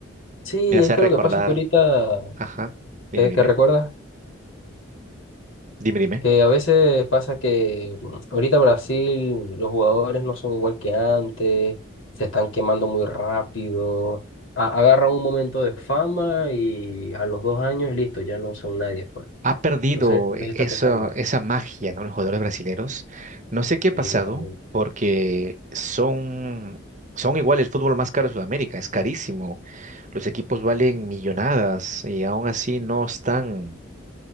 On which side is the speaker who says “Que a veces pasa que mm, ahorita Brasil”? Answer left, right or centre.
Left